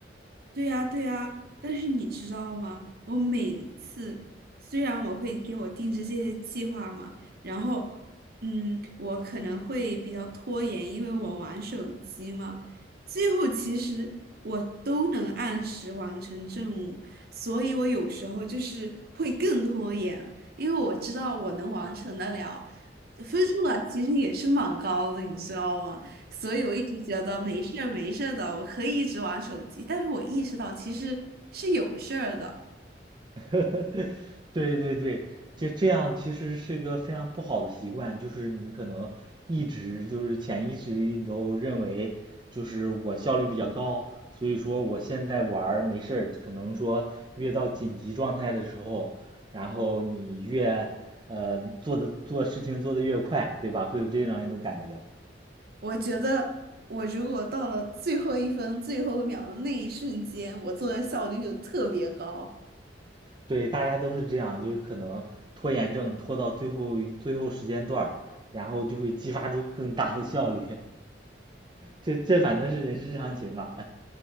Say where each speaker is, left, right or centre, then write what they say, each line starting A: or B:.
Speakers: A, on the right; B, on the right.
A: 对呀，对呀，但是你知道吗？我每一次虽然我会给我定制这些计划嘛，然后，嗯，我可能会比较拖延，因为我玩手机嘛。最后其实我都能按时完成任务，所以我有时候就是会更拖延，因为我知道我能完成得了，分数啊其实也是蛮高的，你知道吗？所以我一直觉得没事儿没事儿的，我可以一直玩手机。但是我意识到其实是有事儿的。
B: <laughs> 对对对，就这样，其实是个非常不好的习惯，就是你可能一直就是潜意识里都认为，就是我效率比较高，所以说我现在玩儿没事儿，可能说越到紧急状态的时候，然后你越呃做的做事情做的越快，对吧？会有这样一种感觉。
A: 我觉得我如果到了最后一分最后一秒的那一瞬间，我做的效率就特别高。
B: 对，大家都是这样，就是可能拖延症拖到最后最后时间段儿然后就会激发出更大的效率。这这反正是人之常情吧。